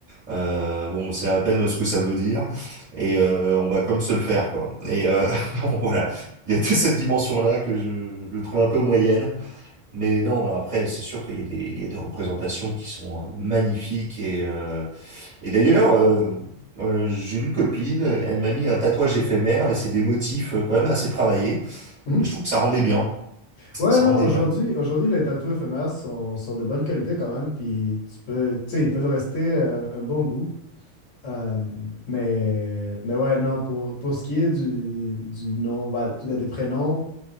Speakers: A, on the right (about 35°); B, on the left (about 70°).
A: Euh, bon, on sait à peine ce que ça veut dire, et euh, on va comme se le faire, quoi. Et euh, <laughs> bon, voilà, il y a toute cette dimension-là que je, je trouve un peu moyenne. Mais non, mais après, c'est sûr qu'il y a des, il y a des représentations qui sont euh, magnifiques. Et, euh, et d'ailleurs, euh, euh, j'ai une copine, elle m'a mis un tatouage éphémère et c'est des motifs euh, quand même assez travaillés.
B: Mhm.
A: Et je trouve que ça rendait bien.
B: Ouais,
A: Ça
B: non,
A: rendait
B: aujourd'hui,
A: bien.
B: aujourd'hui, les tatous éphémères sont, sont de bonne qualité quand même, puis tu peux, tu sais, ils peuvent rester euh, un bon bout. Euh, mais, mais ouais, non, pour, pour ce qui est du, du nom, bah, en tout cas des prénoms